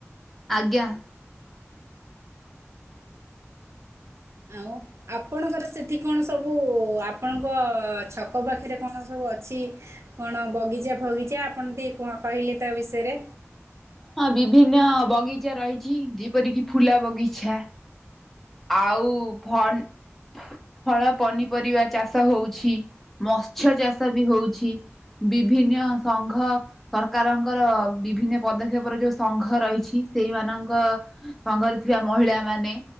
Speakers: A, in the centre; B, on the right (about 65°).
A: ଆଜ୍ଞା।
B: ଆଉ। ଆପଣଙ୍କର ସେଠି କଣ ସବୁ ଆପଣଙ୍କ ଛକ ପାଖରେ କଣ ସବୁ ଅଛି କଣ ବଗିଚା ଫଗିଚା ଆପଣ ଟିକେ କୁ କହିଲେ ତା ବିଷୟରେ।
A: ହଁ ବିଭିନ୍ନ ବଗିଚା ରହିଛି ଯେପରିକି ଫୁଲା ବଗିଚା ଆଉ ଭନ୍ ଫଳ ପନିପରିବା ଚାଷ ହଉଛି ମତ୍ସ୍ୟ ଚାଷ ବି ହଉଛି। ବିଭିନ୍ନ ସଂଘ ସରକାରଙ୍କର ବିଭିନ୍ନ ପଦକ୍ଷେପର ଯୋଉ ସଂଘ ରହିଛି ସେଇମାନଙ୍କ ସଂଘରେ ଥିବା ମହିଳା ମାନେ